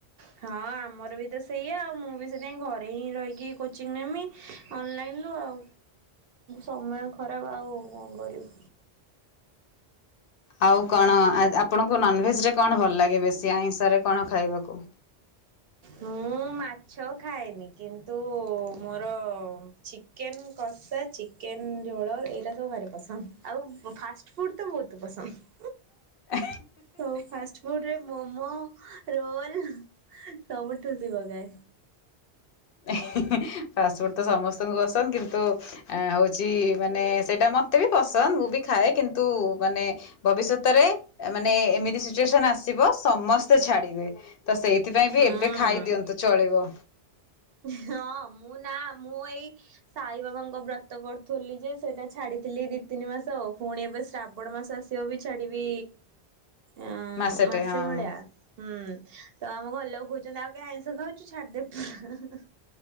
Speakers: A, on the right; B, on the left.
A: ହଁ ଆମର ବି ତ ସେଇଆ ଆଉ ମୁଁ ବି ସେଥି ପାଇଁ ଘରେ ହିଁ ରହିକି କୋଚିଂ ନେମି। ଅନଲାଇନ୍ ରୁ ଆଉ ସମୟ ଖରାପ ଆଉ କଣ କରିବୁ।
B: ଆଉ କଣ ଆଜ୍ ଆପଣଙ୍କୁ ନନଭେଜରେ କଣ ଭଲ ଲାଗେ ବେଶୀ ଆଇଁଷରେ କଣ ଖାଇବାକୁ?
A: ମୁଁ ମାଛ ଖାଏନି କିନ୍ତୁ ମୋର ଚିକେନ କଷା ଚିକେନ ଝୋଳ ଏଇଟା ସବୁ ଭାରି ପସନ୍ଦ ଆଉ ମୋ ଫାଷ୍ଟ ଫୁଡ଼୍ ତ ବହୁତ ପସନ୍ଦ।
B: ଆ
A: ସବୁ ଫାଷ୍ଟ ଫୁଡ ରେ ମୋମୋ ରୋଲ ସବୁ ଠୁସି ପକାଏ।
B: ହେ ହେ ହେ ଫାଷ୍ଟଫୁଡ ତ ସମସ୍ତଙ୍କୁ ପସନ୍ଦ କିନ୍ତୁ ଆ ହଉଛି ମାନେ ସେଇଟା ମତେ ବି ପସନ୍ଦ ମୁଁ ବି ଖାଏ କିନ୍ତୁ ମାନେ ଭବିଷ୍ୟତରେ ମାନେ ଏମିତି ସିଚୁଏସନ ଆସିବ ସମସ୍ତେ ଛାଡିବେ। ତ ସେଇଥିପାଇଁ ବି
A: ହୁଁ।
B: ଏବେ ଖାଇଦିଅନ୍ତୁ ଚଳିବ।
A: ହଁ ମୁଁ ନା ମୁଁ ଏଇ ସାଇ ବାବାଙ୍କ ବ୍ରତ କରୁଥୁଲି ଯେ ସେଇଟା ଛାଡିଥିଲି ଦି ତିନି ମାସ ଆଉ ପୁଣି ଏବେ ଶ୍ରାବଣ ମାସ ଆସି ସେୟା ବି ଛାଡ଼ିବି ଅଁ
B: ମାସଟେ
A: ମାସେ
B: ହଁ।
A: ଭଳିଆ। ହୁଁ ତ ଆମ ଘଲ ଲୋକ କହୁଛନ୍ତି ଆଉ କେ ଆଇଁଷ ଖାଉଛୁ ଛାଡିଦେବ ପୁରା।